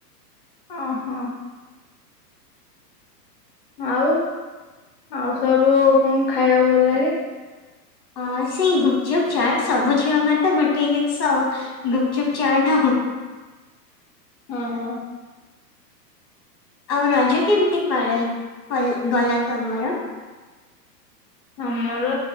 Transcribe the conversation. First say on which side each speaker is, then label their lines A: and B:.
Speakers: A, on the left; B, on the left.
A: ହ ହଁ। ଆଉ ଆଉ ସବୁ କଣ ଖାଇବାକୁ ଭଲ ଲାଗେ?
B: ହ ସେଇ ଗୁପ୍ ଚୁପ୍, ଚାଟ୍ ସବୁଝିଅ ମାନେ ତ ଗୋଟିଏ ଜିନିଷ ଆଉ। ଗୁପ୍ ଚୁପ୍, ଚାଟ ଆଉ।
A: ହଁ।
B: ଆଉ ରଜ କେମିତି ପାଳେ ଗଲା ତମର?
A: ଆମର